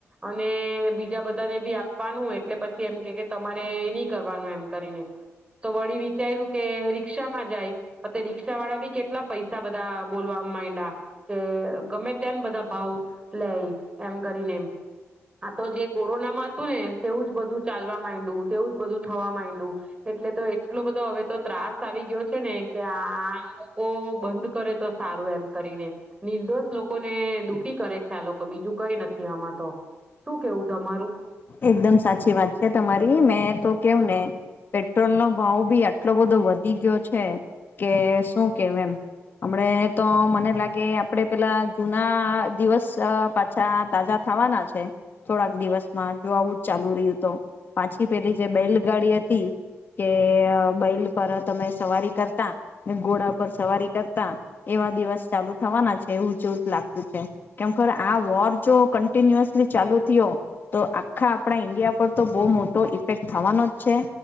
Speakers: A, on the right; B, on the left.
A: અને બીજા બધાને બી આપવાનું એટલે પછી એમ કે તમારે નહી કરવાનું એમ કરીને, તો વળી વિચાર્યું કે રિક્ષામાં જાય, તો રી્ષા વાળા બી કેટલા પૈસા બધા બોલવા માંડા કે ગમે તેમ બધા ભાવ લે એમ કરીને એમ આ તો જે કોરોનામાં હતું ને તેવું જ બધું ચાલવા માંડું તેવું જ બધું થવા માંડું, એટલે તો એટલો બધો હવે તો ત્રાસ આવી ગયો છે ને કે આ લોકો બંધ કરે તો સારું એમ કરીને, નિર્દોષ લોકોને દુઃખી કરે છે આ લોકો બીજું કઈ નથી આમાં તો શું કેવું તમારું.
B: એકદમ સાચી વાત છે તમારી મેં તો કેવું ને, પેટ્રોલ નો ભાવ બી આટલો બધો વધી ગયો છે, કે શું કેવ એમ હમણે તો મને લાગે આપડે પેલા જુના દિવસ પાછા તાજા થવાના છે, થોડાક દિવસ. જો આવું જ ચાલુ રહ્યું તો, પાછી પેલી જે બેલગાડી હતી કે બલ પર તમે સવારી કરતા, ને ઘોડા પર સવારી કરતા એવા દિવસ ચાલુ થવાના છે એવું જોવું જ લાગતું છે, કેમર આ વોર જો કન્ટિન્યુઅસલી ચાલુ થયો. તો આખા આપણા ઈન્ડિયા પર તો બહુ મોટો ઇફેક્ટ થવાનો જ છે,